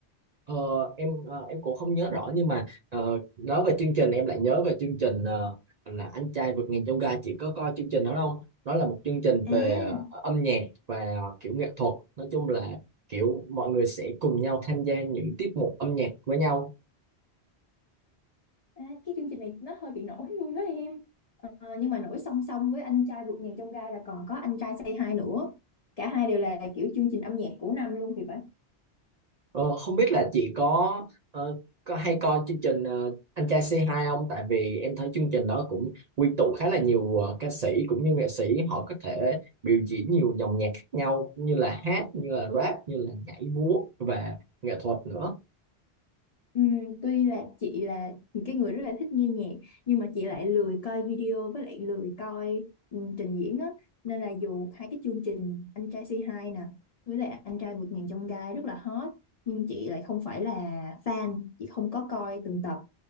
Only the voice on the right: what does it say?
Ờ, em ờ, em cũng không nhớ rõ nhưng mà ờ, nói về chương trình em lại nhớ về chương trình ờ, là Anh trai vượt ngàn chông gai chị có coi chương trình đó không? Đó là một chương trình
về ờ, âm nhạc và ờ, kiểu nghệ thuật nói chung là kiểu mọi người sẽ cùng nhau tham gia những tiết mục âm nhạc với nhau
Ờ, không biết là chị có ờ, có hay coi chương trình ờ, Anh trai c hai không? Tại vì em thấy chương trình đó cũng quy tụ khá là nhiều ờ, ca sĩ cũng như nghệ sĩ họ có thể biểu diễn nhiều dòng nhạc khác nhau như là hát, như là rap, như là nhảy múa và nghệ thuật nữa.